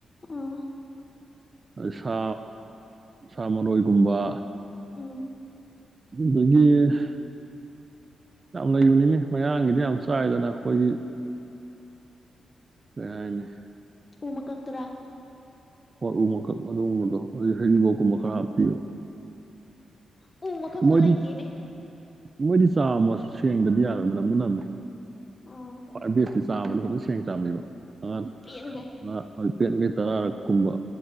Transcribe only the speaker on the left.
ꯑꯥ
ꯑ
ꯎ ꯃꯀꯛꯇꯨꯔꯥ
ꯑ ꯎ ꯃꯈꯛꯇꯣ
ꯂꯩꯇꯦꯅꯦ
ꯑꯥ
ꯄꯦꯟꯒ꯭ꯔꯦ